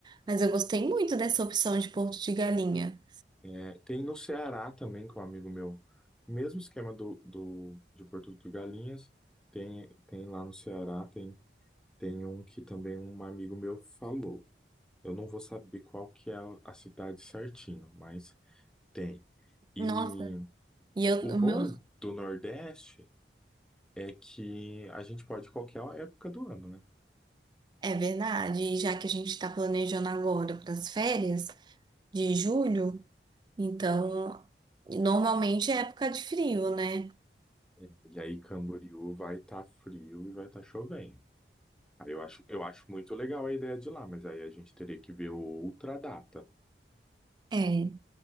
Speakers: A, on the right (about 25°); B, in the centre.
A: mas eu gostei muito dessa opção de Porto de Galinha.
B: É, tem no Ceará também, com um amigo meu, mesmo esquema do, do, de Porto de Galinhas, tem, tem lá no Ceará, tem, tem um que também um amigo meu falou. Eu não vou saber qual que é a cidade certinho, mas tem. E
A: Nossa, e eu,
B: o bom
A: o meu,
B: do Nordeste é que a gente pode ir qualquer época do ano, né?
A: é verdade, e já que a gente está planejando agora para as férias de julho, então normalmente é época de frio, né?
B: É, E aí Camboriú vai estar frio e vai estar chovendo. Aí eu acho, eu acho muito legal a ideia de ir lá, mas aí a gente teria que ver outra data.
A: É, é,